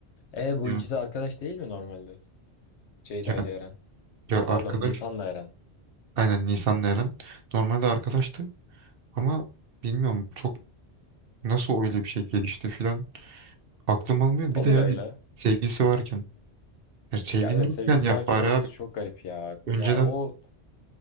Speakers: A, on the left (about 75°); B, on the right (about 60°).
A: E bu
B: Ya,
A: ikisi arkadaş değil mi normalde? Ceyda
B: ya,
A: ile Eren.
B: ya
A: Pardon
B: arkadaş.
A: Nisan'la Eren.
B: Aynen Nisan'la Eren. Normalde arkadaştı. Ama bilmiyorum çok nasıl öyle bir şey gelişti filan. Aklım almıyor.
A: E, Olur
B: Bir de yani
A: öyle.
B: sevgisi varken. Ya sevgin
A: Ya evet
B: yokken
A: sevgilisi
B: yap
A: varken
B: bari
A: olması
B: abi.
A: çok garip ya.
B: Önceden
A: Ya o